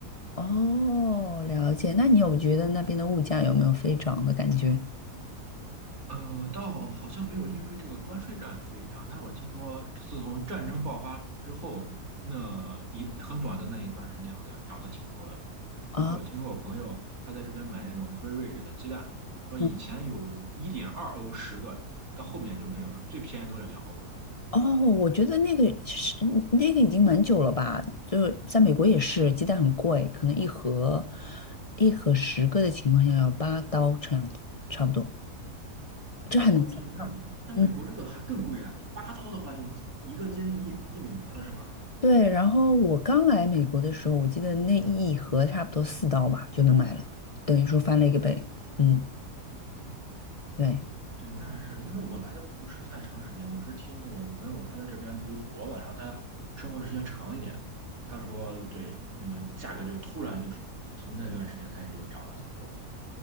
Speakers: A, on the left; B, on the right.
A: 哦，了解。那你有觉得那边的物价有没有飞涨的感觉
B: 呃，倒好像没有因为这个关税战飞涨，但是我听说自从战争爆发之后，那一很短的那一段时间，好像涨得挺多的。
A: 啊？
B: 比如说，我听说我朋友他在这边买那种 free range 的鸡蛋，说以前有一点二欧十个的，
A: 嗯，
B: 到后面就没有了，最便宜都得两欧了。
A: 哦，我觉得那个是那个已经蛮久了吧？就在美国也是，鸡蛋很贵，可能一盒一盒十个的情况下要八刀这样子，差不多，这还能难想嗯。
B: 哦，对，那那美国这个还更贵啊，这八刀的话就一个接近一一美元了，是吗？
A: 对，然后我刚来美国的时候，我记得那一盒差不多四刀吧就能买了，等于说翻了一个倍。嗯，对，
B: 对，那还是因为我来的不是太长时间，我是听我朋友他在这边读博嘛，然后他生活的时间长一点，他说对，那个价格就突然就是从那段时间开始就涨了挺多。